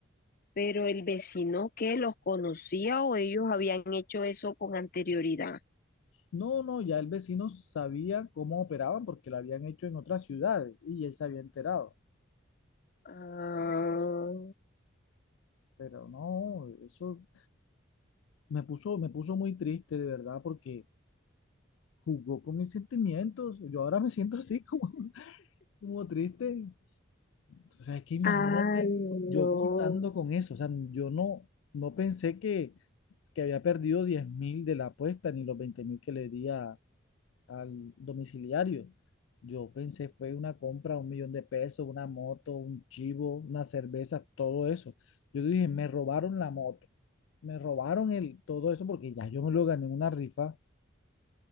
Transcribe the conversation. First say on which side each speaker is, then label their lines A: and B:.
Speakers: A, on the left; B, on the left.
A: Pero el vecino que los conocía o ellos habían hecho eso con anterioridad.
B: No, no, ya el vecino sabía cómo operaban porque lo habían hecho en otras ciudades y él se había enterado.
A: Ah,
B: Pero no, eso me puso, me puso muy triste de verdad porque jugó con mis sentimientos. Yo ahora me siento así como, <laughs> como triste. O sea, es que imagínate
A: Ah, no.
B: yo contando con eso. O sea, yo no, no pensé que, que había perdido diez mil de la apuesta ni los veinte mil que le di a, al domiciliario. Yo pensé fue una compra, un millón de pesos, una moto, un chivo, una cerveza, todo eso. Yo dije, me robaron la moto, me robaron el, todo eso porque ya yo me lo gané en una rifa.